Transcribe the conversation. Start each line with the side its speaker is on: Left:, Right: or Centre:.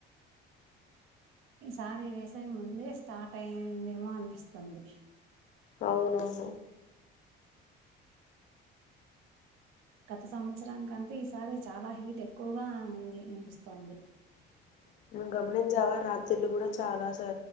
Right: ఈసారి వేసవి ముందే స్టార్ట్ అయ్యిందేమో అనిపిస్తుంది
Left: అవునవును
Right: గత సంవత్సరం కంటే ఈసారి చాలా హీట్ ఎక్కువగా ఉంది అనిపిస్తోంది
Left: <inaudible> నువ్ గమనించావా రాత్రిల్లు కూడా చాలా స